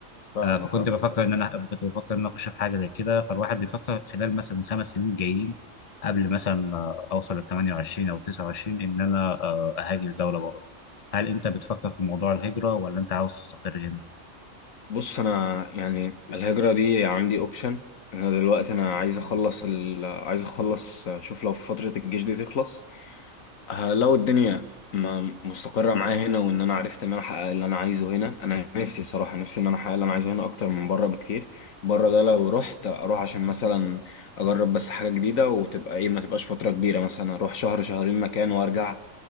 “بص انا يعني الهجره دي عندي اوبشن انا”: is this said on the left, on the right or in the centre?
Left